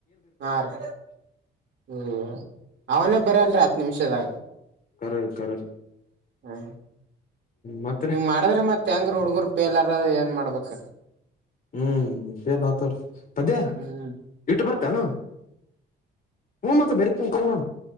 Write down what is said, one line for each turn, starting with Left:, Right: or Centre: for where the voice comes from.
Right: ಹಾ ರೀ ಹ್ಮ್ ಅವನೇ ಬರಲ್ರಿ ಹತ್ ನಿಮಿಷದಾಗ
Left: ಕರ್ ಕರ್
Right: ಹ್ಮ
Left: ಮತ್ರಿ
Right: ಹ ಮಾಡದ್ರೆ ಮತ್ ಹೆಂಗ್ರ ಹುಡ್ಗರು ಪೇಲ್ಾರ ಏನ್ ಮಾಡ್ಬೇಕು ಹ್ಮ್ಮ್.
Left: ಹ್ಮ್ ಸೇರ್ ಆತವ್ರ ಪದ್ಯ
Right: ಹ್ಮ್
Left: ಇಟ್ಟು ಬರ್ತಾನ ಹ ಮತ್ತ ಬರ್ತ ಕ ನು